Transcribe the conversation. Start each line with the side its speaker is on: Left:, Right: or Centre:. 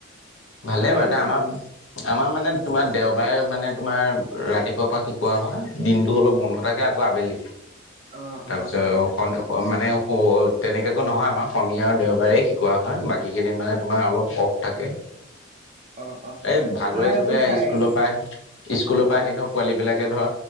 Left: ভালে
Right: তোমালোকৰ
Left: বাৰু এটা আমাৰ আমাৰ মানে তোমাৰ দেওবাৰে মানে তোমাৰ ৰাতিপুৱাৰ পৰা শিকোৱা হয় দিনতটো অলপ বন্ধ থাকে আ আবেলি তাৰপিছত
Right: অ অ
Left: অ'। মানে তেনেকাকো নহয় আমাৰ শনি আৰু দেওবাৰে শিকোৱা হয় বাকী কেইদিন মানে তোমাৰ অলপ অ'। তাকে।
Right: অ অ
Left: এ ভাগৰে
Right: আমাৰ
Left: যোগৰে
Right: আকৌ চাৰি
Left: স্কুলৰ পৰা আহি স্কুলৰ পৰা
Right: অ
Left: আহি ধৰ পোৱালী বিলাকে ধৰ